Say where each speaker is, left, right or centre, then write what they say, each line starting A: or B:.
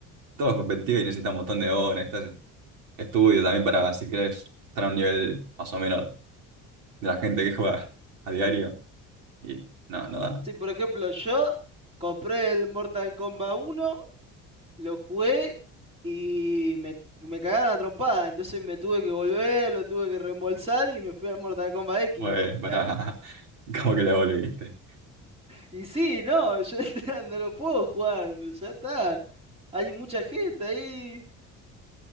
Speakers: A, on the right; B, on the right.
A: todo es competitivo y necesita un montón de horas, necesitas estudio también para, si querés, estar a un nivel más o menos de la gente que juega a diario. Y no, no da.
B: Sí, por ejemplo, yo compré el Mortal Kombat uno, lo jugué y me, me cagaron a trompada. Entonces me tuve que volver, lo tuve que reembolsar y me fui al Mortal Kombat X.
A: Pues
B: Y,
A: para
B: a-
A: <laughs> como que la volviste.
B: y sí, no, yo <laughs> no lo puedo jugar, ya está. Hay mucha gente ahí